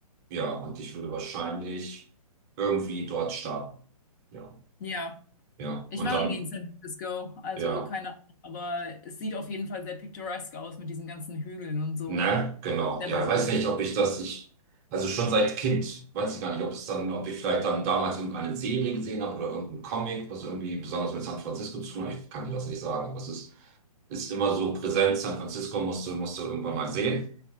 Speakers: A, on the right; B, on the left.
A: Ja, und ich würde wahrscheinlich irgendwie dort starten. Ja.
B: Ja.
A: Ja.
B: Ich
A: Und
B: war
A: dann,
B: noch nie in San Francisco, also
A: ja.
B: keine Ahnung, aber es sieht auf jeden Fall sehr picturesque aus mit diesen ganzen Hügeln und so.
A: Ne, genau.
B: Sehr
A: Ja,
B: berühmt.
A: ich weiß nicht, ob ich das, ich, also schon seit Kind, weiß ich gar nicht, ob es dann, ob ich vielleicht dann damals irgendeine Serie gesehen habe oder irgendeinen Comic, was irgendwie besonders mit San Francisco zu tun hat. Ich kann dir das nicht sagen, aber es ist, ist immer so präsent. San Francisco musst du, musst du irgendwann mal sehen.